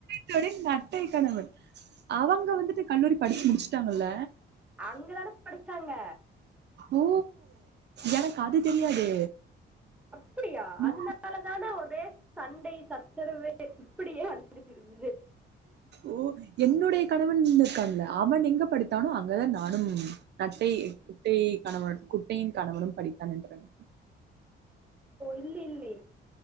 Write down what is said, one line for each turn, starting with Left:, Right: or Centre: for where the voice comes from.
Right: தோழின் அத்தை கணவன் அவங்க வந்துட்டு கல்லூரி படிச்சு முடிச்சுட்டாங்கல்ல
Centre: அங்கதான படிச்சாங்க
Right: ஓ எனக்கு அது தெரியாது
Centre: அப்படியா
Right: நா
Centre: அதனால தான ஒரே சண்டை சச்சரவு இப்படியே வந்துட்டு இருந்தது
Right: ஓ என்னுடைய கணவன் இருக்கான்ல அவன் எங்க படித்தானோ அங்கதா நானும் நட்டை குட்டை கணவன் குட்டையின் கணவனு படி தன்றன்
Centre: இல்லை இல்லை